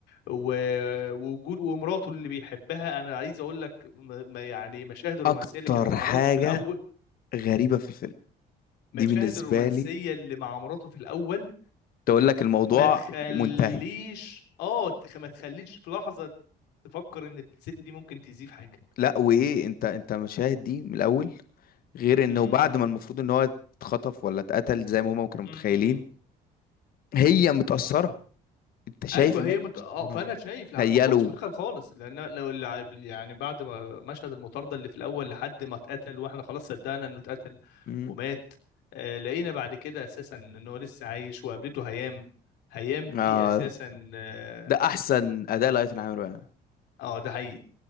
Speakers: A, on the left (about 90°); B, on the left (about 60°).
A: و- ووجود ومراته اللي بيحبها أنا عايز أقول لك م- ما- يعني مشاهد الرومانسية
B: اكتر
A: اللي كانت مع
B: حاجة
A: مراته في الأول
B: غريبة في الفيلم
A: مشاهد
B: دي بالنسبة
A: الرومانسية
B: لي
A: اللي مع مراته في الأول
B: تقول لك الموضوع
A: ما تخليش
B: منتهي
A: اه تخ- ما تخليش في لحظة تفكر ان الست دي ممكن تأذيه في حاجة
B: لا وايه انت انت مشاهد دي من الاول غير انه
A: امم
B: بعد ما المفروض ان هو اتخطف ولا اتقتل زي ما هما كانوا
A: امم
B: متخيلين هي متأثرة انت شايف
A: ايوه
B: ان
A: هي
B: هي متأثرة
A: مت... اه فانا شايف لا
B: تخيلوا
A: ما كنتش متخيل خالص لان لو الع- يعني بعد ما مشهد المطارده اللي في الاول لحد ما اتقتل واحنا خلاص صدقنا انه اتقتل
B: مم.
A: ومات آه لقينا بعد كده اساسا ان هو لسه عايش وقابلته هيام هيام دي
B: آه
A: اساسا اه
B: ده احسن اداء لايتن عامر بقى
A: آه، ده حقيقي